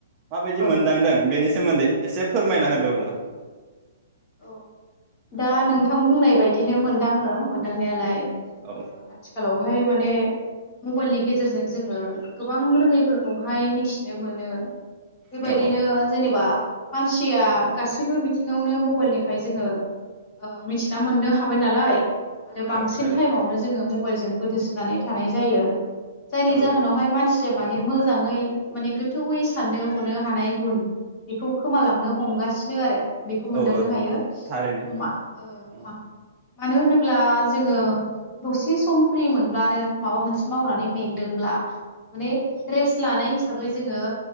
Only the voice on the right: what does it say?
माबायदि
मोनदांदों बेनि सोमोन्दै एसे फोरमायना होदो अब्ला।
औ
औ
औ औ
औ थारैनो
औ
औ औ
थारैनो
औ